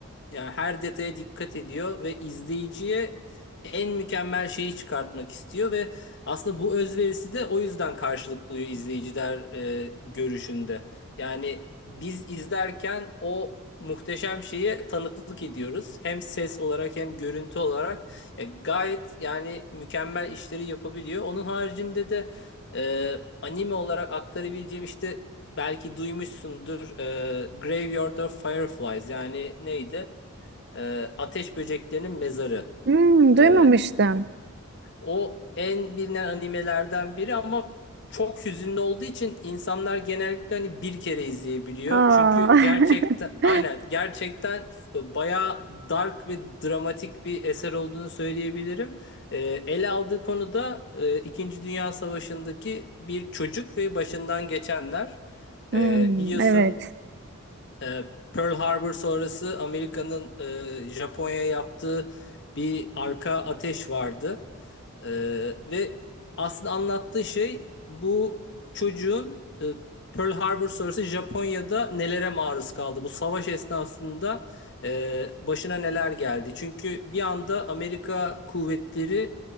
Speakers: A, on the left; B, on the right.
A: yani her detaya dikkat ediyor ve izleyiciye en mükemmel şeyi çıkartmak istiyor ve aslında bu özverisi de o yüzden karşılık buluyor izleyiciler e, görüşünde. Yani biz izlerken o muhteşem şeye tanıklık ediyoruz. Hem ses olarak hem görüntü olarak. E, gayet yani mükemmel işleri yapabiliyor. Onun haricinde de e, anime olarak aktarabileceğim işte belki duymuşsundur e, Graveyard of Fireflies yani neydi? E, Ateş Böceklerinin Mezarı.
B: Hmm, duymamıştım.
A: E, o en bilinen animelerden biri ama çok hüzünlü olduğu için insanlar genellikle hani bir kere izleyebiliyor.
B: Aa.
A: Çünkü gerçekten
B: <laughs>
A: aynen gerçekten e, bayağı dark ve dramatik bir eser olduğunu söyleyebilirim. Ee, ele aldığı konu da e, İkinci Dünya Savaşı'ndaki bir çocuk ve başından geçenler.
B: Hmm,
A: Ee, biliyorsun
B: evet,
A: e, Pearl Harbor sonrası Amerika'nın e, Japonya'ya yaptığı bir arka ateş vardı. Ee, ve aslında anlattığı şey bu çocuğun e, Pearl Harbor sonrası Japonya'da nelere maruz kaldı. Bu savaş esnasında e, başına neler geldi. Çünkü bir anda Amerika kuvvetleri